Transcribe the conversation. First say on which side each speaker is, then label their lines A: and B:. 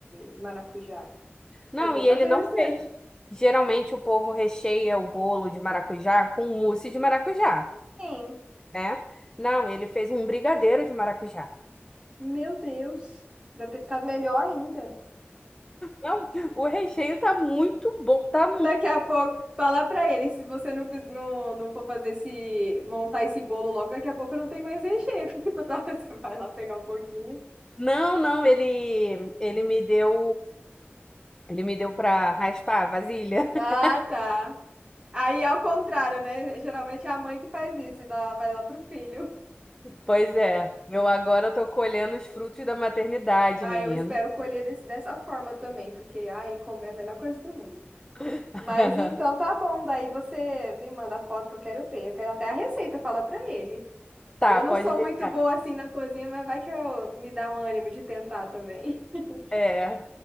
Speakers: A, on the right; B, on the left.
A: de maracujá.
B: Não,
A: Foi poucas
B: e ele
A: vezes
B: não fez.
A: mesmo.
B: Geralmente o povo recheia o bolo de maracujá com mousse de maracujá,
A: Sim.
B: né? Não, ele fez um brigadeiro de maracujá.
A: Meu Deus. Deve ter ficado melhor ainda.
B: Não, o recheio tá muito bom, tá
A: Daqui a pouco, fala pra ele, se você não, fiz- não, não for fazer esse, montar esse bolo logo, daqui a pouco não tem mais recheio, <laughs> porque toda hora você vai lá pegar um pouquinho.
B: Não, não, ele ele me deu ele me deu para raspar a vasilha. <laughs>
A: Ah, tá. Aí é ao contrário, né? Geralmente é a mãe que faz isso e dá, vai lá pro filho.
B: Pois é, eu agora tô colhendo os frutos da maternidade,
A: Ah,
B: menino.
A: eu espero colher desse- dessa forma também, porque ai, comer é a melhor coisa do mundo.
B: <laughs>
A: Mas então tá bom, daí você me manda a foto que eu quero ver. Eu quero até a receita, fala pra ele.
B: Tá,
A: Eu não
B: pode
A: sou
B: deixar.
A: muito boa assim na cozinha, mas vai que eu me dá um ânimo de tentar também. <laughs>
B: É,